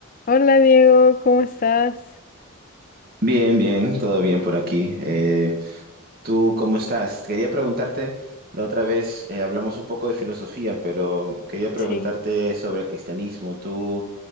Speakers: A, on the left; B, on the right.
A: Hola Diego, ¿cómo estás?
B: Bien, bien, todo bien por aquí. Eh, ¿tú cómo estás? Quería preguntarte, la otra vez eh, hablamos un poco de filosofía, pero quería preguntarte
A: Sí.
B: sobre el cristianismo. ¿Tú,